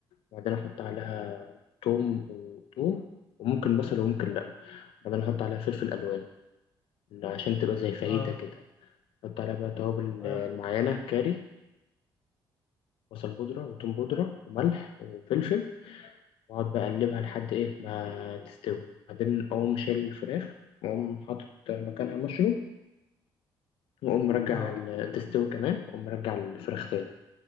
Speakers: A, on the left; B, on the left.
A: وبعدين أحط عليها توم وتوم وممكن بصل وممكن لأ بعدين أحط عليها فلفل ألوان عشان تبقى زي فاهيتا
B: اه
A: كده أحط عليها بقى توابل
B: اه
A: آه، معينة كاري بصل بودرة وتوم بودرة وملح وفلفل وأقعد بقى أقلبها لحد إيه ما تستوي بعدين أقوم شايل الفراخ وأقوم حاطط مكانها مشروم وأقوم مرجع
B: اه
A: ال- تستوي كمان وأقوم مرجع الفراخ تاني